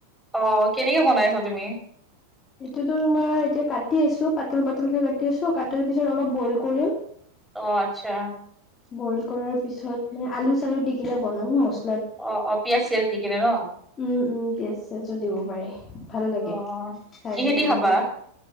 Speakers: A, in the centre; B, on the left.
A: অ অ অ, কেনেকে বনাইছা তুমি?
B: এইটোতো তোমাৰ এতিয়া কাটি আছো পাতল পাতলকে কাটি আছো কাটাৰ পিছত অলপ বইল কৰিম
A: অ আচ্ছা।
B: বইল কৰাৰ পিছত মানে আলু-চালু দি কিনে বনাম মস
A: অ অ, পিয়াঁজ-চিয়াজ দি কিনে ন।
B: উম উম, পিয়াঁজ-চিয়াজো দিব পাৰি ভাল লাগে
A: অ' অ'
B: খাই
A: কিহেদি
B: কিনে এনেকুৱা
A: খাবা?